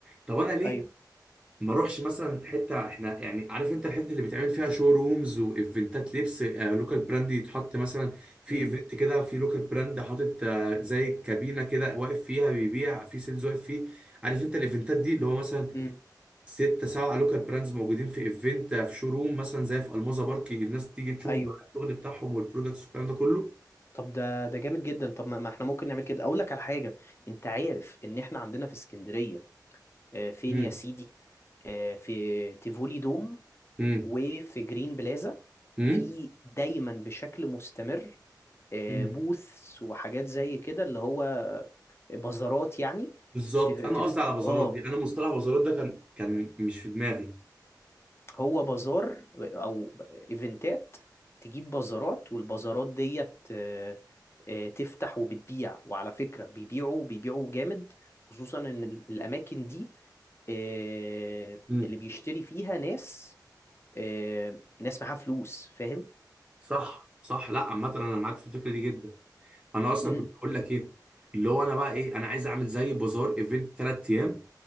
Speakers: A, on the right; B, on the left.
A: طب انا ليه
B: ايوه
A: ما اروحش مثلا حته احنا يعني عارف انت الحته اللي بيتعمل فيها شو رومز وايفنتات لبس آه لوكال براند يتحط مثلا في
B: امم
A: ايفنت كده في لوكال براند حاطط آه زي كابينه كده واقف فيها بيبيع في سيلز واقف فيه عارف انت الايفنتات دي اللي هو مثلا
B: امم
A: ستة سبعة لوكال براندز موجودين في ايفنت في شوروم مثلا زي في الموزة بارك الناس تيجي تشوف
B: ايوه
A: بقى الشغل بتاعهم والبرودكتس والكلام ده كله
B: طب ده ده جامد جدا طب ما ما احنا ممكن نعمل كده اقول لك على حاجة انت عارف ان احنا عندنا في اسكندرية آه، فين
A: مم.
B: يا سيدي آه، في تيفولي دوم
A: مم.
B: وفي جرين بلازا
A: مم.
B: في دايما بشكل مستمر آه،
A: مم.
B: بوثس وحاجات زي كده اللي هو بازارات يعني
A: بالظبط
B: تف... تف...
A: انا قصدي على بازارات
B: اه
A: دي انا مصطلح بازارات ده كان كان مش في دماغي
B: هو بازار او ايفنتات تجيب بازارات والبازارات ديت آه، آه، تفتح وبتبيع وعلى فكرة بيبيعوا بيبيعوا جامد خصوصا ان ال- الاماكن دي آه،
A: مم.
B: اللي بيشتري فيها ناس آه، ناس معاها فلوس فاهم
A: صح صح لا عامة انا معاك في الفكرة دي جدا انا اصلا
B: امم
A: كنت اقول لك ايه اللي هو انا بقى ايه انا عايز اعمل زي بازار ايفنت ثلاث ايام